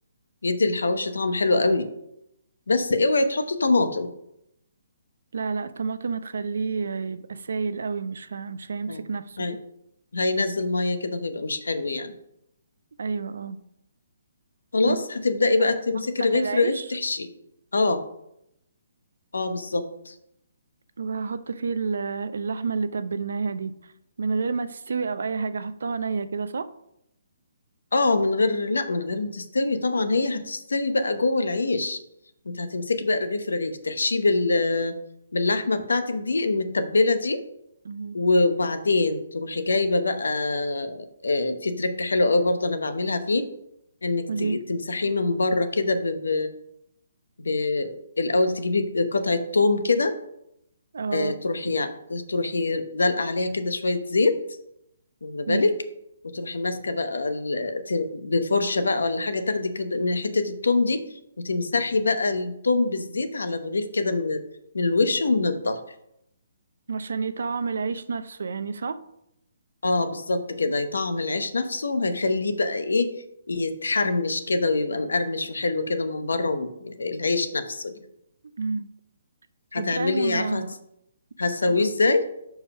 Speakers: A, on the left; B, on the right.
A: بيدي الحواوشي طعم حلو قوي بس اوعي تحطي طماطم
B: لا لا الطماطم هتخليه يبقى سايل قوي مش ه... مش هيمسك
A: اه
B: نفسه
A: هي-
B: كده
A: هينزل ميه كده وهيبقى مش حلو يعني
B: ايوه اه
A: خلاص
B: ماشي.
A: هتبداي بقى تمسكي
B: هفتح
A: رغيف
B: العيش
A: رغيف تحشيه اه اه بالظبط
B: وهحط فيه ال- اللحمة اللي تبلناها دي من غير ما تستوي او اي حاجة احطها نية كده صح
A: اه من غير لا من غير ما تستوي طبعا هي هتستوي بقى جوه العيش انت هتمسكي بقى رغيف رغيف تحشيه بال باللحمه بتاعتك دي المتبله دي
B: مم.
A: وبعدين تروحي جايبه بقى آه، في تركه حلوه قوي برضه انا بعملها فيه انك
B: وليه
A: ت- تمسحيه من بره كده ب... ب... ب... الاول تجيبي قطعه توم كده
B: اه
A: آه، تروحي تروحي دلقه عليها كده شويه زيت واخده بالك
B: مم.
A: وتروحي ماسكه بقى ال- ت- بفرشه بقى ولا حاجه تاخدي كده من حته التوم دي وتمسحي بقى التوم بالزيت على الرغيف كده من من الوش ومن الظهر
B: عشان يطعم العيش نفسه يعني صح
A: اه بالظبط كده هيطعم العيش نفسه وهيخليه بقى ايه يتحرمش كده ويبقى مقرمش وحلو كده من بره وم- العيش نفسه يعني
B: مم. صدق
A: هتعملي
B: انا ما
A: عارفه هتس- هتسويه
B: ما-
A: ازاي؟